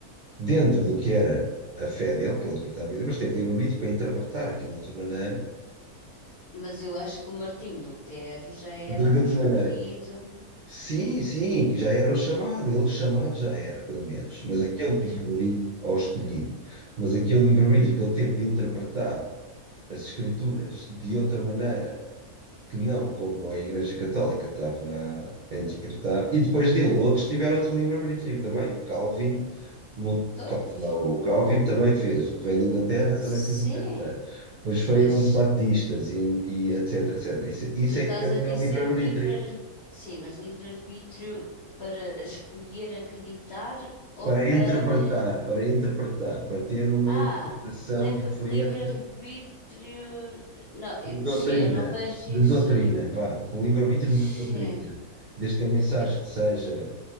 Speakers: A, on the right (about 75°); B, on the left (about 75°).
A: dentro do que era a fé dele, que ele acreditava em Deus, mas teve o livre-arbítrio para interpretar aquilo de outra maneira.
B: Mas eu acho que o Martinho Lutero já era
A: De
B: um
A: outra
B: escolhido.
A: maneira. Sim, sim, já era o chamado, ele chamado já era, pelo menos. Mas
B: Uhum,
A: aquele
B: escolhido.
A: livro-livro, ao escolhido, mas aquele livro-livro que ele teve de interpretar as Escrituras de outra maneira, que não como a Igreja Católica estava a, a interpretar, e depois dele, outros tiveram outro livro-livro também. O Calvin, Mon-
B: Todos?
A: lá, o Calvin também fez, o Rei da Inglaterra
B: Sim,
A: também fez outra coisa. Depois foram
B: mas
A: os Batistas e, e etc, etc. Isso, é, isso
B: Tu estás
A: é que era
B: a dizer
A: livre livro
B: livre, ar- sim, mas livre-arbítrio para escolher acreditar ou
A: para
B: para.
A: interpretar, para interpretar, para ter uma
B: Ah,
A: interpretação
B: liv-
A: diferente
B: livre-arbítrio. Não, eu-
A: de doutrina,
B: sim, eu não vejo
A: de
B: isso.
A: doutrina, vá, um livre-arbítrio
B: Sim,
A: de doutrina, desde que a mensagem
B: eu,
A: seja